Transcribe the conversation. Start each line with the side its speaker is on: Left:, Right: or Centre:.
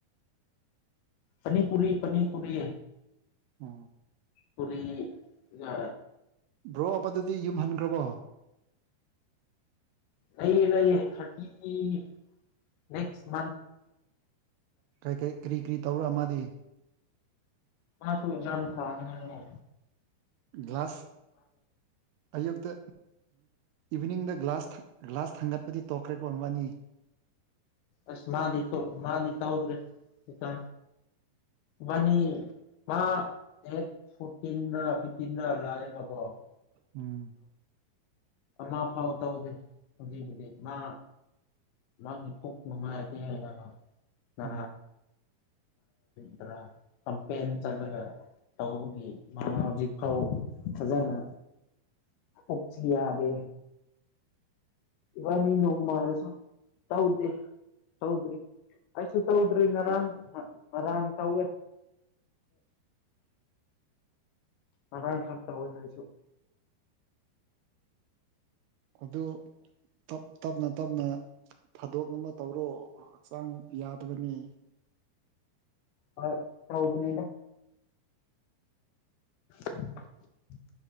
Left: ꯄꯅꯤꯄꯨꯔꯤ ꯄꯅꯤꯄꯔꯤ
Right: ꯑ
Left: ꯄꯨꯔꯤ ꯉꯣ
Right: ꯕ꯭ꯔꯣꯕꯗꯨꯗꯤ ꯌꯨꯝꯍꯟꯈ꯭ꯔꯕꯣ
Left: ꯂꯩ ꯂꯩꯌꯦ ꯊꯁ
Right: ꯀꯔꯤ ꯀꯔꯤ ꯀꯔꯤ ꯀꯔꯤ ꯇꯧꯕꯔ ꯃꯥꯗꯤ
Left: ꯃꯥꯁꯨ ꯑꯦꯖꯝ ꯊꯖꯝ
Right: ꯒ꯭ꯂꯥꯁ ꯑꯌꯨꯛꯇ ꯏꯚꯤꯅꯤꯡꯗ ꯒ꯭ꯂꯥꯁ ꯒ꯭ꯂꯥꯁ ꯊꯥꯡꯒꯠꯄꯗꯤ ꯇꯣꯛꯈ꯭ꯔꯦ ꯀꯣꯟꯕꯥꯅꯤ
Left: ꯑꯁ ꯃꯥꯅꯤ ꯀ ꯃꯥꯅꯤꯛ ꯍꯎꯗ꯭ꯔꯦ ꯀ ꯃꯥꯅꯤ ꯃꯥ ꯗꯦ ꯐꯇꯤꯟ ꯐꯇꯤꯟ ꯂꯑꯣ
Right: ꯎꯝ
Left: ꯑꯃ ꯐꯥꯎ ꯇꯧꯗꯦ ꯍꯧꯖꯤꯛ ꯍꯧꯖꯤꯛ ꯃꯥ ꯃꯥ ꯈ ꯅꯣꯡꯉꯥꯏꯉ
Right: ꯎꯝ
Left: ꯀ꯭ꯔ ꯀꯄ ꯆꯂꯒ ꯇꯒꯤ ꯃꯥ ꯍꯧꯖꯤꯛ ꯐꯥꯎ ꯐꯖꯅ ꯑꯣꯆ ꯌꯥꯗꯦ ꯏꯕꯥꯅꯤ ꯅꯣꯡꯃꯥꯔꯁꯨ ꯇꯧꯗꯦ ꯇꯧꯗ꯭ꯔꯤ ꯑꯩꯁꯨ ꯇꯧꯗ꯭ꯔꯤ ꯉꯔꯥꯡ ꯉꯔꯥꯡ ꯇꯧꯋꯦ ꯑꯅꯥꯥꯡ ꯈꯥꯛ ꯇ ꯑꯣꯏ ꯍꯥꯏꯁꯨ
Right: ꯑꯗꯨꯞ ꯇꯞꯅ ꯇꯞꯅ ꯊꯥꯗꯣꯛꯅꯕ ꯇꯧꯔꯣ ꯍꯛꯆꯥꯡ ꯌꯥꯗꯕꯅꯤ
Left: ꯑ ꯇꯥꯎꯕꯅꯤꯅ <inaudible>